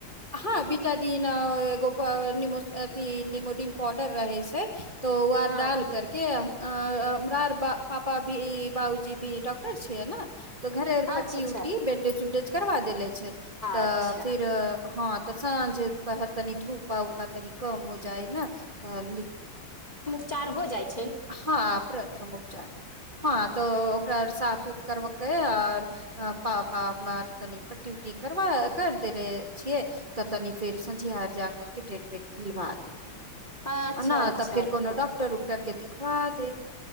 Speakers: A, on the right; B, on the left.
A: हँ बीतादिन एगो अथी निमोदिन पौउडर रहय से तो वैह
B: हँ
A: डाल करके अ हमरा पापा भी बाबुजी भी डाक्टर छियै न तऽ घरे
B: अच्छा
A: पटी
B: अच्छा
A: उटी बैंडेज उंडेज करबा देलै छै तऽ
B: अच्छा
A: फिर हँ तस साँझे पहर तनी धूप उपा तनि कम हो जाइ ने तहन
B: चार हो जाइत
A: हँ प्रथम उपचार हँ तऽ ओकरा साफ उफ करके आओर पापा आर तनी पट्टी उट्टी करा कर देले छियै तऽ तनि फेर संझिया आर जा करके ट्रेटभेब दिलवा देबे
B: अच्छा
A: नहि
B: अच्छा
A: तऽ फिर
B: अच्छा
A: कोनो डॉकटर उक्टर के दि खबा देब